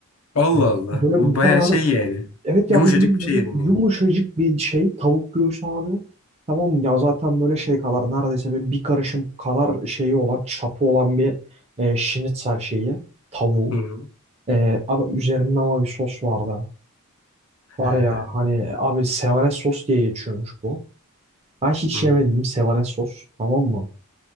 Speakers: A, on the left; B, on the right.
A: Allah
B: Hani
A: Allah.
B: böyle
A: O
B: bu
A: bayağı
B: kadar
A: şey yani.
B: Evet
A: Yumuşacık
B: ya bildiğin
A: bir şey
B: böyle
A: yedin yani.
B: yumuşacık bir şey tavuk göğsü abi. Tamam mı? ya zaten böyle şey kadar neredeyse böyle bir karışım kadar şeyi olan çapı olan bir e, şinitzel şeyi tavuğu.
A: Hı hı.
B: E, abi üzerinde ama bir sos vardı. Var
A: <laughs>
B: ya hani abi sevanes sos diye geçiyormuş bu. Ben hiç
A: Hı.
B: yemediğim sevanes sos tamam mı?